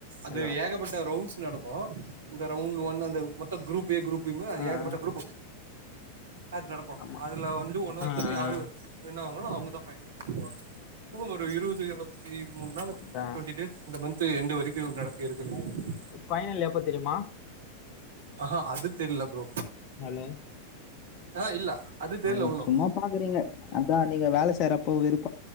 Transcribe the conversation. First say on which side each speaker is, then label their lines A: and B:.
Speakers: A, on the right; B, on the left.
A: அது
B: ஹலோ
A: ஏகப்பட்ட ரவுண்ட்ஸ் நடக் கு இந்த ரவுண்ட் ஒன் அந்த மொத்த குரூப் ஏ குரூப் பீம்மு அது
B: ஆ
A: ஏகப்பட்ட
B: ஆ,
A: குரூப்பு அத் நடக்கு
B: ஆமா
A: அதுல வந்து ஒன்னொருத்தவங்க
B: ஆ ஆ,
A: யாரு வின்னாவுங்களு அவங்கதா பைனல்ஸ்க்கு வருவாங் ஒரு இருபது இருவத்தி மூணு நாளு
B: அதான்.
A: டுவென்டி டேஸ் இந்த மந்த்து எண்டு வரைக்கு நடக்க இருக்கு <inaudible>
B: பைனல் எப்ப தெரியுமா
A: ஆஹா அது தெரியல ப்ரோ
B: ஹலோ
A: ஆ இல்ல அது தெர்ல
B: ஆமா
A: உன்னு
B: சும்மா பாக்குறீங்க அதா நீங்க வேல செய்யறப்போ வெறுப்